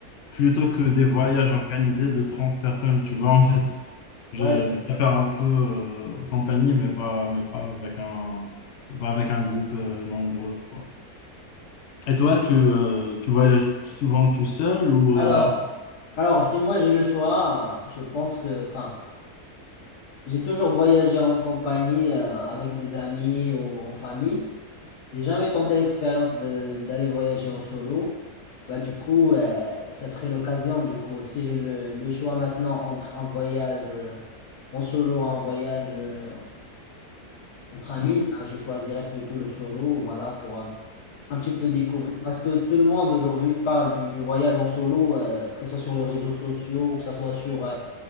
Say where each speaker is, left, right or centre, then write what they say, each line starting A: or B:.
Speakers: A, on the left (about 65°); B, on the left (about 80°).
A: plutôt que des voyages organisés de 30 personnes, tu vois, en fait, je,
B: Ouais.
A: je préfère un peu euh, compagnie, mais pas, mais pas avec un, pas avec un groupe euh, nombreux, quoi. Et toi, tu, euh, tu voyages souvent tout seul ou...
B: Alors,
A: euh,
B: alors, si moi j'ai le choix, je pense que, enfin, j'ai toujours voyagé en compagnie, euh, avec des amis ou en famille. J'ai jamais tenté l'expérience de d'aller voyager en solo. Bah du coup, euh, ça serait l'occasion du coup. Si j'ai le, le choix maintenant entre un voyage euh, en solo, un voyage euh, entre amis,
A: ouais.
B: bah, je choisirais plutôt le solo, voilà, pour euh, un petit peu découvrir. Parce que tout le monde aujourd'hui parle du, du voyage en solo, euh, que ce soit sur les réseaux sociaux, que ce soit sur euh,